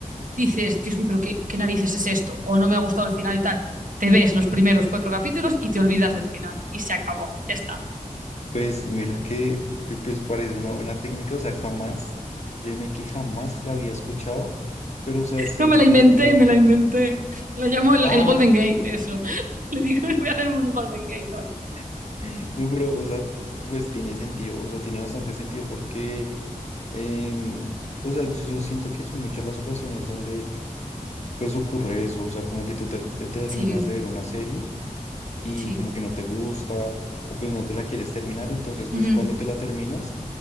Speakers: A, on the right; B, on the left.
A: dices, Dios mío, pero qué, qué narices es esto, o no me ha gustado el final y tal, te ves los primeros cuatro capítulos y te olvidas del final y se acabó, ya está.
B: Pues mira que, que pues parece una buena técnica, o sea, jamás, créeme que jamás la había escuchado, pero o sea, siento
A: No me la
B: que
A: inventé,
B: es como,
A: me la inventé. La llamo el,
B: ah,
A: el Golden Gate, eso. <laughs> Le digo, voy a hacer un Golden Gate hoy.
B: <laughs> no, pero o sea, pues tiene sentido, o sea, tiene bastante sentido porque Em, o sea, yo, yo siento que son muchas las ocasiones donde pues ocurre eso, o sea, como que tú ter- te terminas
A: Sí,
B: de ver una serie y
A: sí.
B: como que no te gusta o pues no te la quieres terminar, entonces pues
A: Ujú.
B: cuando te la terminas,